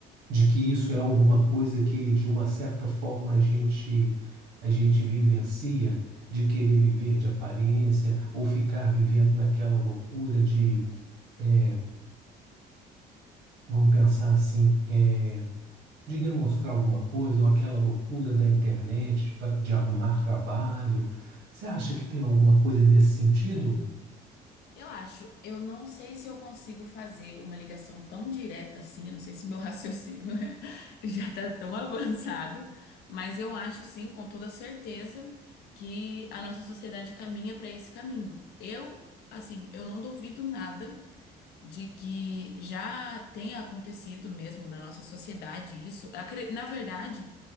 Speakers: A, on the right; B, on the left.
A: de que isso é alguma coisa que, de uma certa forma, a gente, a gente vivencia, de querer viver de aparência, ou ficar vivendo naquela loucura de, é, vamos pensar assim, é, de demonstrar alguma coisa, ou aquela loucura da internet de, pa- de arrumar trabalho. Você acha que tem alguma coisa nesse sentido?
B: Eu acho, eu não sei se eu consigo fazer uma ligação tão direta assim, eu não sei se meu raciocínio <laughs> é- já tá tão avançado, mas eu acho sim, com toda certeza, que a nossa sociedade caminha para esse caminho. Eu, assim, eu não duvido nada de que já tenha acontecido mesmo na nossa sociedade isso. Acre- Na verdade,